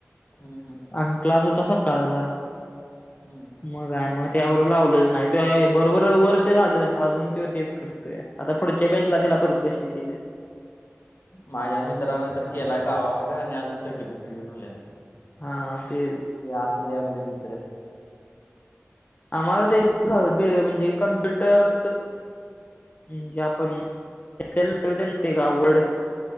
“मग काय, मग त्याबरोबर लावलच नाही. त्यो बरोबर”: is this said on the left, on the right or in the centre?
Left